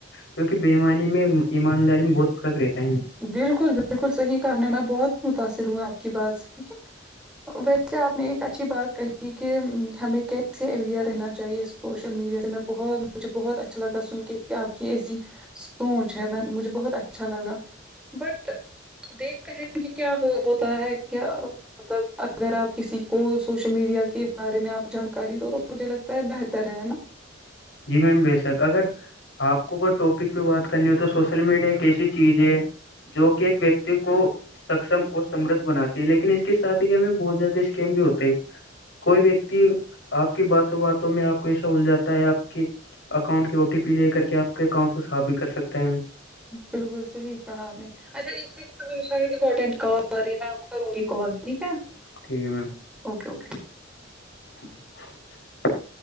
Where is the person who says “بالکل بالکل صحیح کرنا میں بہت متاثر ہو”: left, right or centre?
Centre